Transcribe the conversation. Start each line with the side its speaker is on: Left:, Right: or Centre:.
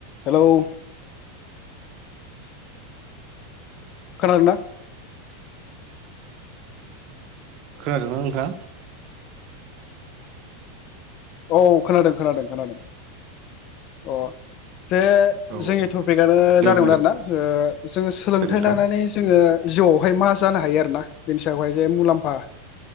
Left: हेल' खोनादोंना?
Right: खोनादोंना नोंथाङा?
Left: औ खोनादों खोनादों खोनादों अ। जे
Right: औ
Left: जोंनि टपिकआनो
Right: दे
Left: जादोंमोन
Right: बुंलाय
Left: आरोना जे जोंङो सोलोंथाइ
Right: नोंथां
Left: लानानै जोंङो जिउआवहाय मा जानो हायो आरो ना बेनि सायावहाय जे मुलाम्फा